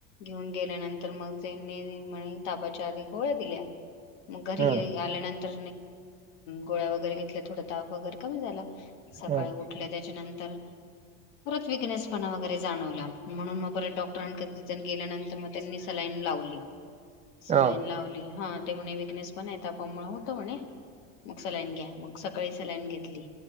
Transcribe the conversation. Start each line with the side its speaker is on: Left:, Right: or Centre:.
Left: घेऊन गेल्यानंतर मग त्यांनी म्ह तापाच्या आधी गोळ्या दिल्या मग घरी
Right: हम्म
Left: आल्यानंतर गोळ्या वगैरे घेतल्या थोड ताप वगैरे कमी झाला सकाळी
Right: हम्म
Left: उठल्या त्याच्यानंतर तर परत विकनेसणा वगैरे जाणवला म्हणून मग परत डॉक्टरांक गेल्यानंतर मग त्यांनी सलाई लावली सलाईन
Right: हा
Left: लावली हा ते म्हणे विकनेस पण य तापामुळ होत म्हणे मग सलाईन घ्या मग सकाळी सलाईन घेतली